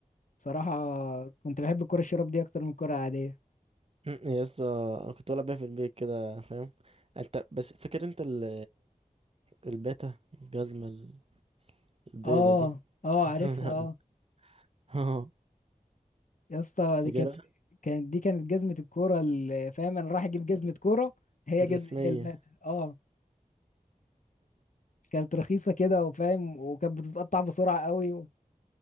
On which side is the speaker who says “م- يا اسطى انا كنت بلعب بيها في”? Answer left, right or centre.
Right